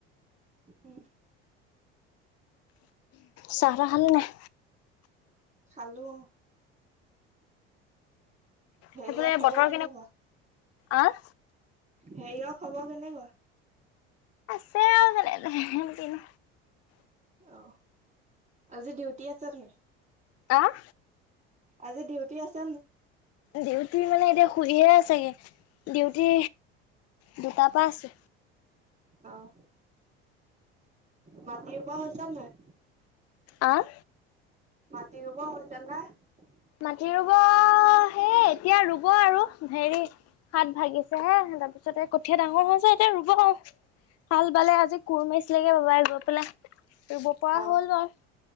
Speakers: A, on the right; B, on the left.
A: উম'।
B: চাহ‌ তাহ খালানে নাই?
A: খালো। হেৰিয়ৰ
B: সেইফালে
A: খবৰ
B: বতৰ
A: কেনেকুৱা,
B: আহ
A: হেৰিয়ৰ খবৰ কেনেকুৱা?
B: চেয়াল তেনে কিনো
A: অ আজি ডিউটি আছে আপোনাৰ
B: অহ।
A: আজি ডিউটি আছে ন'।
B: ডিউটি মানে এতিয়া শুইহে আছোগে ডিউটি। দুটাপা‌ আছে।
A: অ', মাটি ৰ'ব হৈছেনে নাই?
B: অহ।
A: মাটি ৰুব <unintelligible>
B: মাটি ৰুব সে এতিয়া ৰুব আৰু হেৰি হাত ভাগিছে হে তাৰপিছতে কঠীয়া ডাঙৰ হৈ হৈছে এতিয়া ৰুব আৰু হাল বালে আজি কোৰ মাৰিছিল লেগে বাবাই গৈ পেলাই, ৰুব পৰা
A: অহ
B: হ'ল বাৰু